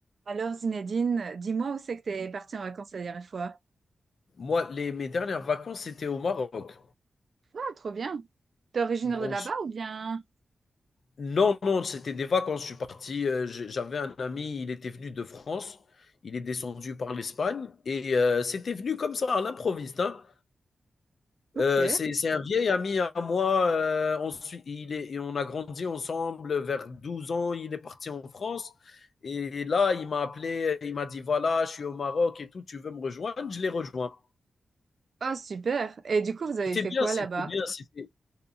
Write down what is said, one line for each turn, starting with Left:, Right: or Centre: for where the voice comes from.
Right: Alors Zinedine, dis-moi où c'est que t'es partie en vacances la dernière fois?
Left: Moi, les, mes dernières vacances, c'était au Maroc.
Right: Ah, trop bien. T'es originaire
Left: On
Right: de là-bas
Left: s-
Right: ou bien?
Left: non, non, c'était des vacances. Je suis parti. euh, j'ai- j'avais un ami, il était venu de France. Il est descendu par l'Espagne. Et euh, c'était venu comme ça, à l'improviste. hein.
Right: Ok.
Left: Euh, c'est, c'est un vieil ami à moi. euh, on, suit- il est, et on a grandi ensemble vers 12 ans. Il est parti en France. Et là, il m'a appelé. Il m'a dit, voilà, je suis au Maroc et tout. Tu veux me rejoindre? Je l'ai rejoint.
Right: Ah, super. Et du coup, vous avez
Left: C'était
Right: fait
Left: bien,
Right: quoi
Left: c'était
Right: là-bas?
Left: bien. C'était,